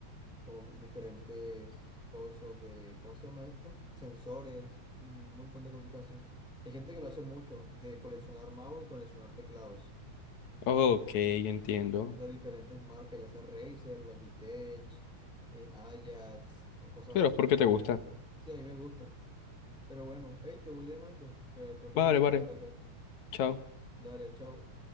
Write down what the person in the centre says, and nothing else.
como diferentes cosas de, ¿cómo se llama esto? Sensores, un montón de cositas así. Hay gente que lo hace mucho, de coleccionar mouse y coleccionar teclados
de diferentes marcas, ya sea Razer, Logitech, eh, Ajax o cosas
así.
Sí, a mí me gustan. Pero bueno, hey, te voy dejando, que tengo que
hacer unas
cosas que hacer.
Dale, chao.